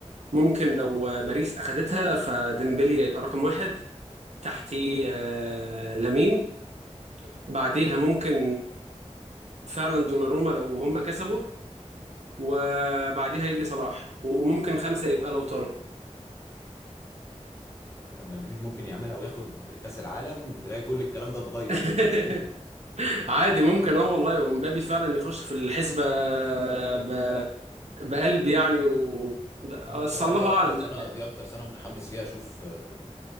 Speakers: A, on the right; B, on the left.
A: ممكن لو باريس اخدتها فديمبلي يبقى رقم واحد تحتيه آه، لامين بعديها ممكن فعلا دوناروما لو هم كسبوا وبعديها يجي صلاح وممكن خمسة يبقى لوتارو
B: مدريد ممكن يعملها وياخد كأس العالم تلاقي كل الكلام ده اتغير
A: <laughs>
B: ثانية
A: عادي ممكن اه والله ومبابي فعلا يخش في الحسبة ب... بقلب يعني و بس
B: انا بصراحة
A: الله
B: دي اكتر
A: أعلم
B: سنة
A: يعني
B: دي اكتر سنة متحمس فيها اشوف آه،